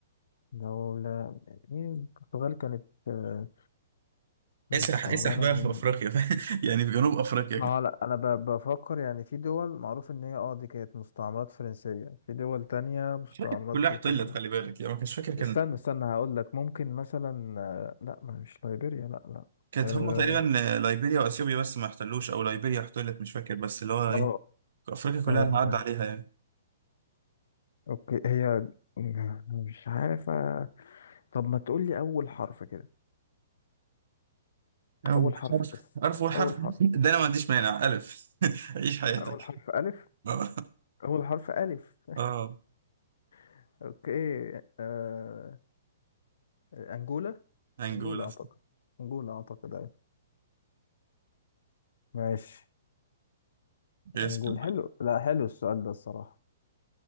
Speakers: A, on the left; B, on the right.
A: دولة إيه البرتغال كانت آه مستعمرة
B: اسرح اسرح بقى
A: من
B: في أفريقيا <laughs> يعني في جنوب أفريقيا
A: ما
B: كده
A: هو لا أنا ب- بفكر يعني في دول معروف إن هي اه دي كانت مستعمرات فرنسية في دول تانية مستعمرات
B: مش فاكر كلها
A: برتغالية
B: احتلت خلي بالك يعني ما كانش فاكر كان
A: استنى استنى هقول لك ممكن مثلا آه لا ما مش ليبيريا لا لا
B: كانت
A: اه
B: هم تقريبا آه، ليبيريا وأثيوبيا بس ما احتلوش أو ليبيريا احتلت مش فاكر بس اللي هو
A: اه
B: إيه أفريقيا كلها
A: آه، آه،
B: عدى عليها يعني
A: اوكي هي آه، مش عارف آه، طب ما تقول لي أول حرف كده
B: أو
A: أول حرف
B: حرف
A: بس
B: حرف وحرف
A: أول حرف
B: ده أنا ما عنديش مانع ألف <laughs> عيش حياتك
A: أول حرف ألف
B: اه
A: أول حرف ألف
B: اه
A: <laughs> أوكي آه... أنجولا
B: أنجولا
A: أنجولا أعتقد أنجولا أعتقد أيوة ماشي
B: اسم
A: أنجول حلو لا حلو السؤال ده الصراحة